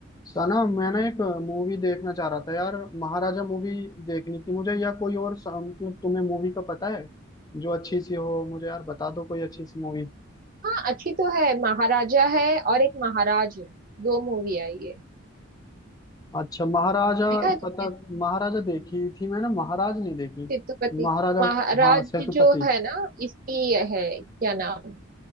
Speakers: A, on the left (about 15°); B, on the right (about 40°).
A: सना मैं ना एक मूवी देखना चाह रहा था यार महाराजा मूवी देखनी थी मुझे या कोई और सा- मतलब तुम्हें मूवी का पता है जो अच्छी सी हो मुझे यार बता दो कोई अच्छी सी मूवी
B: हाँ अच्छी तो है महाराजा है और एक महाराज है दो मूवी आई है
A: अच्छा महाराजा
B: देखा है तुमने
A: पता महाराजा देखी थी मैंने महाराज नहीं देखी
B: सेतुपति
A: महाराजा
B: की महाराज
A: हाँ सेतुपति
B: जो है ना इसकी ये है क्या नाम